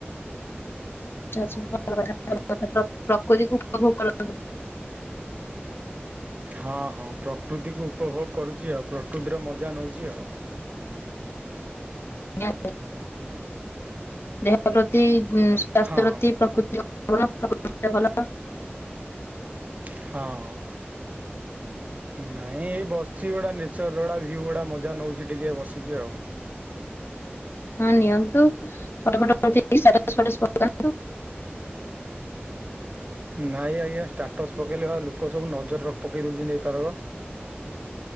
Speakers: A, on the left; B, on the right.
A: ଆ ଆଚ୍ଛା ଭଲ କଥା କଥା ପ୍ରକୃତିକୁ ଉପଭୋଗ କରନ୍ତୁ।
B: ହଁ ହଁ ପ୍ରକୃତିକୁ ଉପଭୋଗ କରୁଛି ଆଉ ପ୍ରକୃତିର ମଜା ନଉଛି ଆଉ।
A: ଆଜ୍ଞା ଦେହ ପ୍ରତି ସ୍ଵାସ୍ଥ୍ୟ
B: ହଁ
A: ପ୍ରତି ପ୍ରକୃତି। ଭଲ।
B: ହଁ। ନାଇଁ ଏଇ ବସିଛି ଗୁଡ଼ା ନେଚର ଗୁଡ଼ା ଭିଉ ଗୁଡ଼ା ମଜା ନଉଛି ଟିକେ ବସିକି ଆଉ ୲
A: ହଁ ନିଅନ୍ତୁ ଫଟୋ ଫଟ ଉଠେଇକି ଷ୍ଟାଟସ୍ ଫାଟସ ପକୁଅନୁ।
B: ନାଇଁ ଆଜ୍ଞା ଷ୍ଟାଟସ୍ ପକେଇଲେ ବା ଲୋକ ସବୁ ନଜର ପକେଇ ଦେଉଛନ୍ତି ଏଥରକ।